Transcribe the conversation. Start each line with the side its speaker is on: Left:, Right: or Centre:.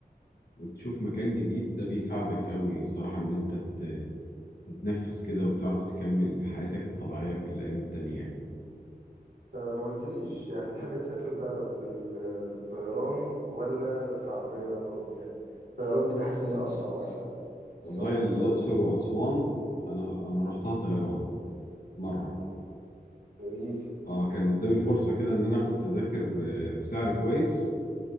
Left: وتشوف مكان جديد ده بيساعدك قوي الصراحه ان انت بتنفس كده وتعرف تكمل حياتك الطبيعية في الأيام التانية يعني
Right: فما قلتليش يعني بتحب تسافر بقى بال... بالطيران ولا في عربية برضو يعني الطيران دي بحس إن هي أسرع أو أسهل
Left: والله
Right: السفر بالطيران
Left: الأقصر وأسوان أنا أنا رحتها طيران مرة
Right: جميل
Left: أه كان قدامي فرصة كده إن أنا آخد تذاكر آه، بسعر كويس